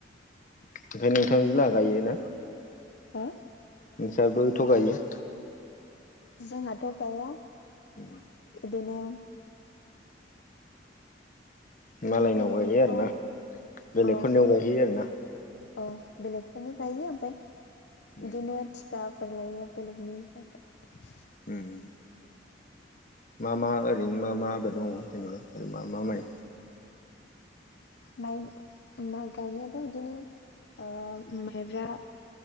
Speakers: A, on the left; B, on the left.
A: ओमफ्राय नोंथांजो लाहा गायो ना।
B: ओयो।
A: नोंसाबो थ' गायो।
B: जोंहाथ' गाया।
A: उम।
B: बेनोम।
A: मालायनाव
B: बेलेगनिखौ
A: गायो आरो ना बेलेगफोरनियाव
B: औ
A: गायहैयो आरोना।
B: औ बेलेगफोरनि गायो ओमफ्राय
A: उम
B: बिदिनो थिखाफोर लायो बेलेगनिफोरखौ
A: उम। मा मा ओरैनो मा मा आबाद मायो जेनेबा मा मा माइ
B: माइ माइ गायनायाथ' इदिनो ओयो माइब्रा